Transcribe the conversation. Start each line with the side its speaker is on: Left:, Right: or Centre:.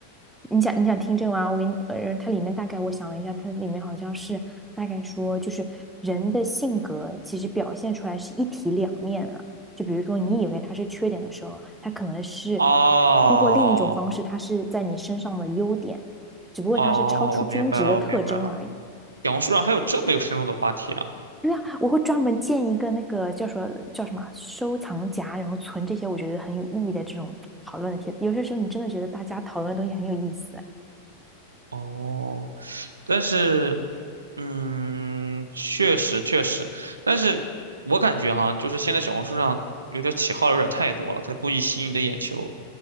Centre: 你想你想听这个吗？我给你，呃，它里面大概我想了一下，它里面好像是大概说，就是人的性格其实表现出来是一体两面的。就比如说，你以为它是缺点的时候，它可能是
Right: 哦
Centre: 通过另一种方式，它是在你身上的优点，只不过它是超出均值的特征而已。
Right: 哦，我明白了，我明白了。小红书上还有这么有深度的话题啊！
Centre: 对啊，我会专门建一个那个叫什么叫什么啊收藏夹，然后存这些我觉得很有意义的这种讨论的帖子。有些时候你真的觉得大家讨论的东西很有意思。
Right: 哦，但是，嗯，确实确实，但是我感觉哈，就是现在小红书上有点起号有点太多了，他故意吸引你的眼球，